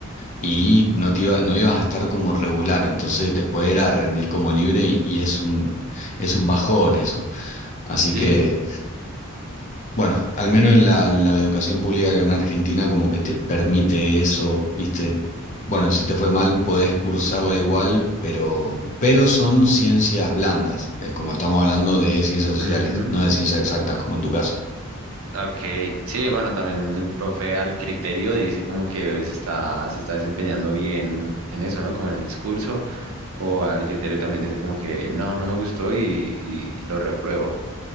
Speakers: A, on the left; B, on the right.
A: Y no te iba, no ibas a estar como regular, entonces después era rendir como libre y, y es un, es un bajón eso. Así
B: sí.
A: que bueno, al menos en la, la educación pública que en Argentina como que te permite eso, viste, bueno, si te fue mal podés cursarla igual, pero, pero son ciencias blandas, es como estamos hablando de ciencias sociales,
B: ujú.
A: no de ciencias exactas como en tu caso.
B: Ok, sí, bueno, también el profe al criterio dice como que se está, se está desempeñando bien en eso, ¿no? Como en el discurso, o al criterio también dice como que no, no me gustó y, y lo repruebo.